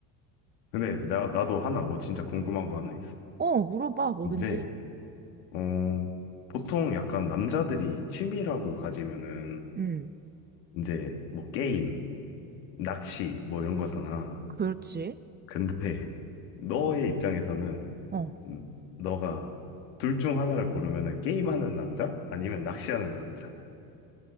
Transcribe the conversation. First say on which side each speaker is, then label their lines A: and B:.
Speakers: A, on the left; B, on the right.
A: 근데 나 나도 하나 뭐 진짜 궁금한 거 하나 있어
B: 어, 물어봐, 뭐든지.
A: 이제 어 보통 약간 남자들이 취미라고 가지면은
B: 음,
A: 이제 뭐 게임 낚시 뭐 이런 거잖아
B: 그렇지.
A: 근데 너의 입장에서는
B: 어.
A: 음, 너가 둘 중 하나를 고르면은 게임하는 남자 아니면 낚시하는 남자